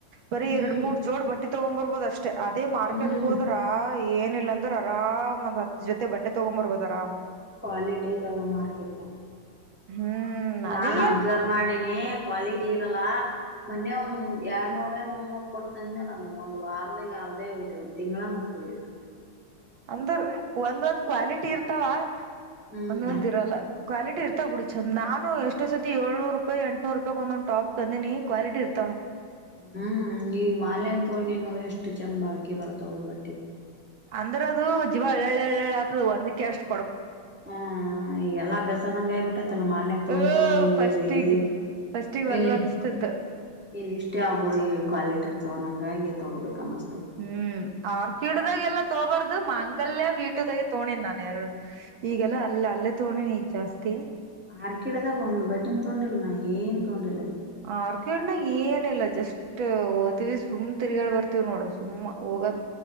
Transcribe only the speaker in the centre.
ಹ್ಮ್
ಹ್ಮ್
ಕ್ವಾಲಿಟಿ ಇರಲ್ಲ ಮಾರ್ಕೆಟ್ ನ
ನಾ
ಅಬ್ಸರ್ವ್ ಮಾಡೇನಿ ಕ್ವಾಲಿಟಿ ಇರಲ್ಲಾ ಮನ್ನೆ ಒಂದ್ ಎರಡ್ನೂರಿಂದ್ ಮುನ್ನೂರ್ ಕೊಡ್ತಂದ್ನೇಲ್ಲದು ಒಂದ್ವಾರ್ದಾಗ್ ವಾರದಾಗ ಆರ್ದೆ ಓಯ್ತು ಒಂತಿಂಗ್ಳ ಉಟ್ಕೊಳಿಲ್ಲ
ಹ್ಮ್
ಹ್ಮ್ ಈಗ್ ಮಾಲ್ಯಾಗ್ ತೊಂಗ್ಡಿನ ಎಷ್ಟ ಚಂದ್ ಬಾಳ್ ಕೆ ಬರ್ ತಾವು ಬಟ್ಟೆ ಕೊ.
ಹಾ ಈ ಎಲ್ಲಾ ಅಭ್ಯಾಸದಂಗ ಆಯ್ಬಿಟ್ಟೈತಲ್ಲ ಮಾಲ್ನ್ಯಾಗ ತೊಗೊಂಡ್
ತೊಂಡು ಇ
ಇಲ್ಲಿ
ಎಲ್ಲಿ
ಇಲ್ಲಿ ಇಷ್ಟೇ ಆಬಿಡು ಈ ಕ್ವಾಲಿಟಿರ್ತವ ಅಂಗಾಗಿ. ತಗೋಬೇಕ್ ಅನ್ಸ್
ಆರ್ಕಿಡ್ದಾಗ ಒನ್ ಬಟೆನ್ ತಗೊಂಡಿಲ್ಲ ನಾ ಏನ್ ತಗೊಂಡಿಲ್ಲ. ಅಲ್ಲಿ